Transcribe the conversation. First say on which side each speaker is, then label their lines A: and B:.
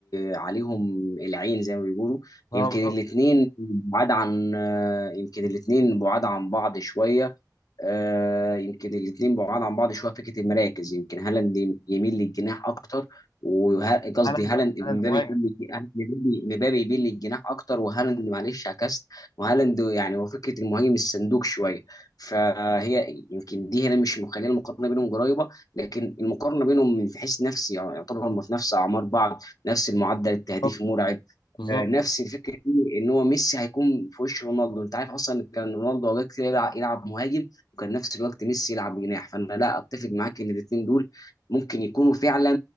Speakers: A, on the left (about 55°); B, on the left (about 80°).
A: آه، عليهم العين زي ما بيقولوا
B: اه
A: يمكن
B: بالظبط
A: الاثنين بعاد عن آه، يمكن الاثنين بعاد عن بعض شوية آه يمكن الاثنين بعاد عن بعض شويه في فكره المراكز يمكن هالاند يميل للجناح اكتر وه- قصدي
B: هالاند
A: هالاند مبابي
B: هالاند مهاجم
A: يميل للج- مبابي مبابي يميل للجناح اكتر وهالاند معلش عكست وهالاند يعني هو فكره المهاجم الصندوق شويه فهي يمكن دي هنا مش مخليه المقارنه بينهم قريبه لكن المقارنه بينهم من حيث نفسي يعني يعتبر هم في نفس اعمار بعض نفس المعدل التهديفي
B: بالظبط
A: المرعب
B: بالظبط
A: آه، نفس الفكره دي ان هو ميسي هيكون في وش رونالدو انت عارف اصلا كان رونالدو اوقات كتير يلعب يلعب مهاجم وكان نفس الوقت ميسي يلعب جناح فانا لا اتفق معاك ان الاثنين دول ممكن يكونوا فعلا